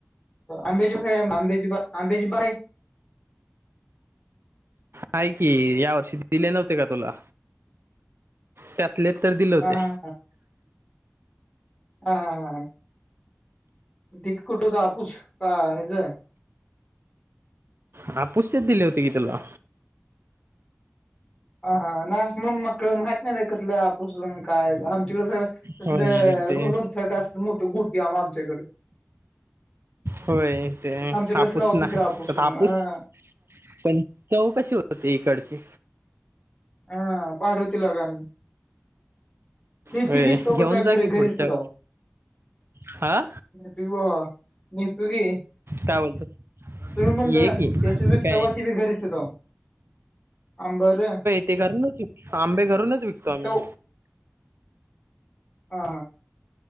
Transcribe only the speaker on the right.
आहे कि या वर्षी दिले नव्हते का तुला त्यात ले तर दिले होते
ह पुूसचेच दिले होते की त्याला
होय ते
होय ते
हापूस
नाही
हापूस
पण चौ कशी होत होती इकडची
होय
घेऊन
जा की
पुढच्या
हा
काय बोलतो
ये की
काय
ते करच आंबे कमी